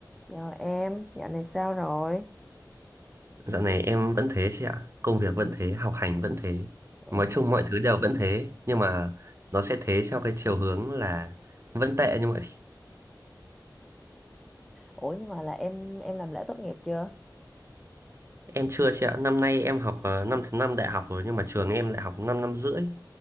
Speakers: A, in the centre; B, on the right.
A: Chào em, dạo này sao rồi?
B: Dạo này em vẫn thế chị ạ, công việc vẫn thế, học hành vẫn thế.
A: <laughs>
B: Nói chung mọi thứ đều vẫn thế, nhưng mà nó sẽ thế theo cái chiều hướng là vẫn tệ như mọi khi.
A: Ủa nhưng mà là em em làm lễ tốt nghiệp chưa?
B: Em chưa chị ạ, năm nay em học ờ, năm thứ năm đại học rồi, nhưng mà trường em lại học 5 năm năm rưỡi.